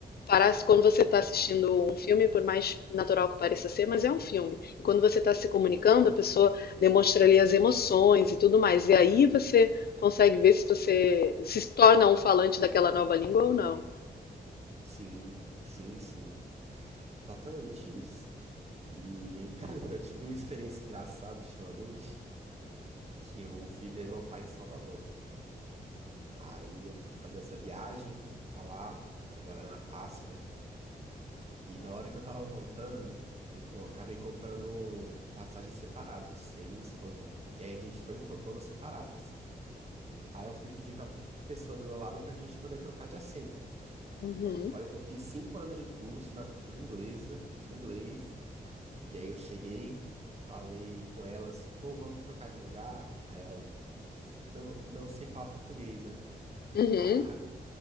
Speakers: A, on the left; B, on the right.
A: Parece quando você está assistindo um filme, por mais natural que pareça ser, mas é um filme. E quando você está se comunicando, a pessoa demonstra ali as emoções e tudo mais. E aí você consegue ver se você se torna um falante daquela nova língua ou não.
B: Sim, sim, sim. Exatamente isso. E <laughs> eu tive uma experiência engraçada ultimamente, que eu fui ver meu pai em Salvador. Aí eu fui fazer essa viagem pra lá, agora na Páscoa. E na hora que eu tava voltando, eu com- acabei comprando passagens separadas, eu e minha esposa. E aí a gente foi em protonas separadas. Aí eu fui pedir pra pessoa do meu lado pra gente poder trocar de assento.
A: Uhum.
B: Olha que eu fiz cinco anos de curso na cultura inglesa, de inglês. E aí eu cheguei, falei com ela assim, pô, vamos trocar de lugar? Aí ela, não, não sei falar português, né?
A: Uhum.
B: Ah,